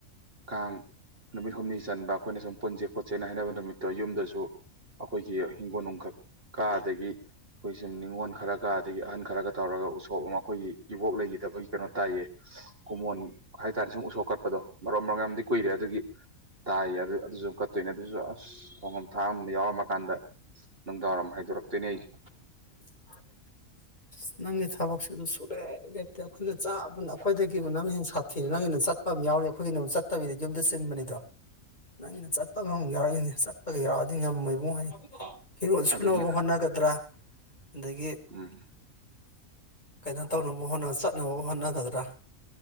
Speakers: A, on the right; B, on the left.
A: ꯀꯥꯡ ꯅꯨꯃꯤꯠ ꯍꯨꯝꯅꯤ ꯆꯟꯕ ꯑꯩꯈꯣꯏꯅ ꯁꯨꯝ ꯄꯨꯟꯖꯦ ꯈꯣꯠꯆꯦꯅ ꯍꯥꯏꯅꯕ ꯅꯨꯃꯤꯠꯇꯣ ꯌꯨꯝꯗꯖꯨ ꯑꯩꯈꯣꯏꯆꯦ ꯍꯤꯡꯒꯣꯜ ꯅꯨꯡꯈꯛꯀ ꯑꯗꯒꯤ ꯑꯩꯈꯣꯏ ꯁꯨꯝ ꯅꯤꯉꯣꯜ ꯈꯔꯒ ꯑꯗꯒꯤ ꯑꯍꯟ ꯈꯔꯒ ꯇꯧꯔꯒ ꯎꯁꯣꯞ ꯑꯃ ꯑꯩꯈꯣꯏꯒꯤ ꯏꯕꯣꯛ ꯂꯩꯈꯤꯗꯕꯒꯤ ꯀꯩꯅꯣ ꯇꯥꯏꯌꯦ ꯀꯨꯃꯣꯟ ꯍꯥꯏꯇꯥꯔꯦ ꯁꯨꯝ ꯎꯁꯣꯞ ꯀꯠꯄꯗꯣ ꯃꯔꯣ ꯃꯔꯣꯡ ꯌꯥꯝꯗꯤ ꯀꯨꯏꯔꯦ ꯑꯗꯨꯒꯤ ꯇꯥꯏꯌꯦ ꯑꯗꯨ ꯑꯗꯨꯁꯨ ꯆꯠꯇꯣꯏꯅꯦ ꯑꯗꯨꯁꯨ ꯑꯁ ꯊꯣꯡꯉꯝ ꯊꯥꯛ ꯑꯝ ꯌꯥꯎꯔꯝꯃꯀꯥꯟꯗ ꯅꯨꯡꯗꯥꯡ ꯋꯥꯏꯔꯝ ꯍꯥꯏꯗꯣꯔꯛꯇꯣꯏꯅꯦ ꯑꯩꯁꯦ
B: <unintelligible> ꯅꯪꯒꯤ ꯊꯕꯛꯁꯤꯁꯨ ꯁꯨꯛꯂꯦꯞ ꯂꯦꯞꯇꯦ ꯑꯩꯈꯣꯏꯒꯥ ꯆꯞ ꯃꯥꯟꯅꯩ ꯑꯩꯈꯣꯏꯗꯒꯤꯕꯨ ꯅꯪꯅ ꯍꯦꯟꯅ ꯁꯥꯊꯤꯔꯦ ꯅꯪꯒꯤꯅ ꯆꯠ ꯄꯃ ꯌꯥꯎꯔꯤ ꯑꯩꯈꯣꯏꯒꯤꯅ ꯆꯠꯇꯕꯤꯗ ꯌꯨꯝꯗ ꯆꯤꯟꯕꯅꯤꯗꯣ
A: <inaudible>
B: ꯅꯪꯒꯤꯅ ꯆꯠꯄ ꯑꯃꯃꯨꯛ ꯌꯥꯎꯔꯛꯏꯅꯤ ꯆꯠ ꯄꯒ ꯌꯥꯎꯔꯛꯑꯗꯤ ꯉꯝꯃꯣꯏꯕꯨꯡꯉꯣ ꯐꯤꯔꯣꯜ ꯁꯨꯅꯕꯕꯨ
A: ꯑꯗꯨꯒꯤ
B: ꯍꯣꯠꯅꯒꯗ꯭ꯔꯥ ꯑꯗꯒꯤ
A: ꯎꯝ
B: <inaudible> ꯀꯩꯅꯣ ꯇꯧꯅꯕ ꯍꯣꯠꯅ ꯆꯠꯅꯕꯕꯨ ꯍꯣꯠꯅꯒꯗ꯭ꯔꯥ